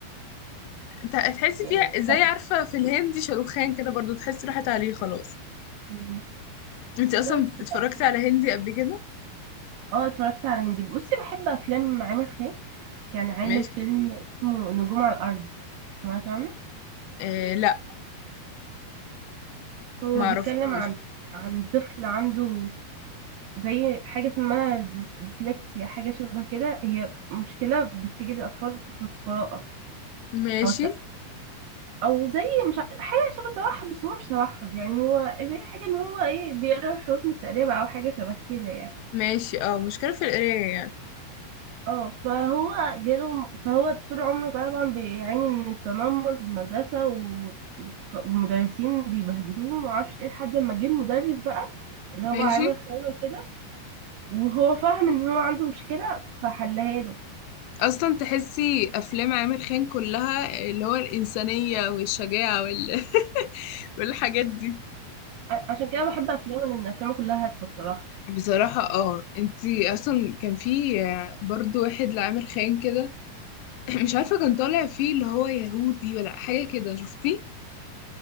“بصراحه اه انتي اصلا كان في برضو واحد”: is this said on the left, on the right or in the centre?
Left